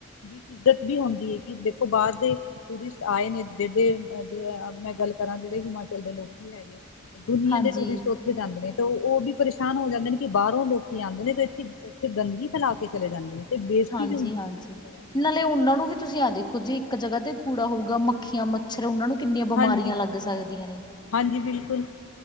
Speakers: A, on the left; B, on the left.
A: ਵੀ ਇੱਜ਼ਤ ਵੀ ਹੁੰਦੀ ਹੈ ਕਿ, ਦੇਖੋ ਬਾਹਰ ਦੇ ਟੂਰਿਸਟ ਆਏ ਨੇ ਜਡੇ ਮੈਂ ਗੱਲ ਕਰਾਂ ਜਿਹੜੇ ਹਿਮਾਚਲ ਦੇ ਲੋਕੀ ਹੈਗੇ। ਦੁਨੀਆਂ
B: ਹਾਂਜੀ
A: ਦੇ ਟੂਰਿਸਟ ਉੱਥੇ ਜਾਂਦੇ ਨੇ ਤੇ ਉਹ ਵੀ ਪਰੇਸ਼ਾਨ ਹੋ ਜਾਂਦੇ ਨੇ ਕਿ ਬਾਹਰੋਂ ਲੋਕੀ ਆਂਦੇ ਨੇ, ਤੇ ਇੱਥੇ ਇੱਥੇ ਗੰਦਗੀ ਫੈਲਾ ਕੇ ਚਲੇ ਜਾਂਦੇ ਨੇ ਤੇ ਬੇਜ਼ਤੀ
B: ਹਾਂਜੀ
A: ਵੀ ਹੁੰਦੀ
B: ਹਾਂਜੀ,
A: ਹੈ ਇੱਕ ਤਰ੍ਹਾਂ ਦੀ
B: ਨਾਲੇ ਉਹਨਾਂ ਨੂੰ ਵੀ ਤੁਸੀਂ ਆ ਦੇਖੋ ਜੀ ਇੱਕ ਜਗ੍ਹਾ ਤੇ ਕੂੜਾ ਹੋਊਗਾ ਮੱਖੀਆਂ ਫੇਰ ਉਹਨਾਂ ਨੂੰ ਕਿੰਨੀਆਂ ਬਿਮਾਰੀਆਂ
A: ਹਾਂਜੀ
B: ਲੱਗ ਸਕਦੀਆਂ ਨੇ?
A: ਹਾਂਜੀ ਬਿਲਕੁਲ,